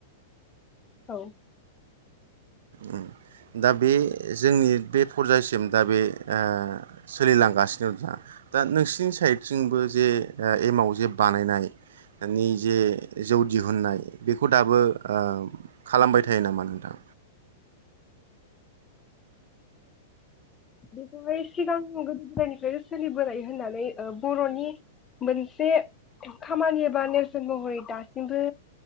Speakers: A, on the left (about 20°); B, on the right (about 75°).
A: औ।
B: उम दा बे जोंनि बे फरजासिम दा बे ओ सोलिलांगासिनो नोंथां दा नोंसिनि साइडथिंबो जे एमाव जे बानायनायनि जे जौ दिहुननाय बेखौ दाबो ओ खालामबाय थायो नामा नोंथां?
A: बेखौहाय सिगां गोदो गोदायनिफ्रायनो सोलिबोनाय होननानै ओ बर'नि मोनसे खामानि बा नेरसोन महरै दासिमबो